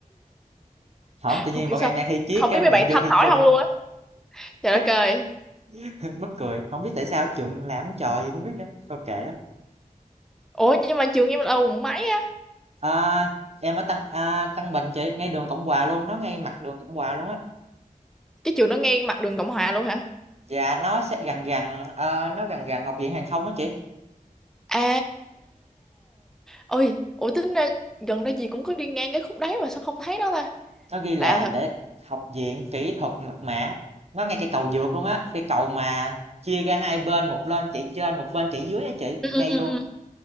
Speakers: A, on the right; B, in the centre.
A: Hổng, tự
B: không
A: nhiên bọn
B: biết sao
A: em đang thi Triết
B: không
A: cái
B: biết
A: mấy
B: mấy
A: bạn
B: bạn
A: vô
B: thấm
A: thi
B: hỏi
A: chung,
B: không luôn á trời
A: chắc
B: đất ơi
A: <laughs> mắc cười, không biết tại sao trường làm trò gì không biết nữa, thôi kệ đó
B: ủa nhưng mà trường em là ở quận mấy á
A: À, em ở Tân à, Tân Bình chị ngay đường Cộng Hòa luôn nó ngay mặt đường Cộng Hòa luôn á
B: cái trường nó ngay mặt đường Cộng Hòa luôn hả
A: dạ nó sẽ gần gần ờ, nó gần gần học viện hàng không á chị
B: à ôi ủa tính ra gần đây gì cũng có đi ngang cái khúc đấy mà sao không thấy nó ta
A: nó ghi là
B: lạ thật
A: để học viện kỹ thuật mật mã nó ngay cái cầu vượt luôn á cái cầu mà chia ra hai bên một bên chị trên một bên chị dưới á chị
B: ừ
A: ngay
B: ừ ừ
A: luôn
B: ừ.